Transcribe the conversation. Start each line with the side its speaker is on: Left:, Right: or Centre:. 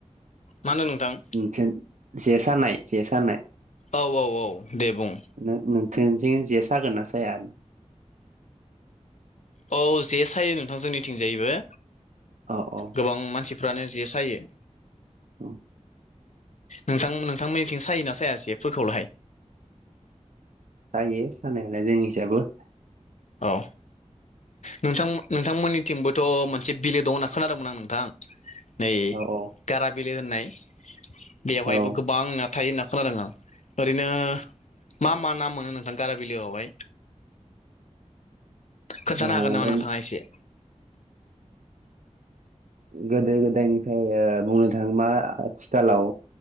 Left: मा होनदों नोंथां?
Right: सेन जे सानाय जे सानाय
Left: औ औ औ दे बुं
Right: नों-नोंसोनिथिं जे सागोन ना साया?
Left: औ जे सायो नोंथां जोंनिथिंजायबो
Right: अ अ
Left: गोबां मानसिफ्रानो जे सायो
Right: उम
Left: नोंथां नोंथांमोननिथिं सायो ना साया जेफोरखौलाहाय
Right: सायो सानायालाय जोंनिखिजाबो
Left: औ नोंथां नोंथांमोननिथिंबोथ' मोनसे बिलो दं होनना खोनादोंमोन आं नोंथां नै
Right: औ औ
Left: गारा बिलो होननाय बेवहायबो
Right: औ ओ
Left: गोबां ना थायो होनना खोनादों आं ओरैनो मा मा ना मोनो नोंथां गारा बिलोआवहाय? खोन्थानो
Right: जों
Left: हागोन नामा नोंथाङा एसे?
Right: गोदो गोदायनिफ्राय ओ बुंनो थाङोबा आथिखालाव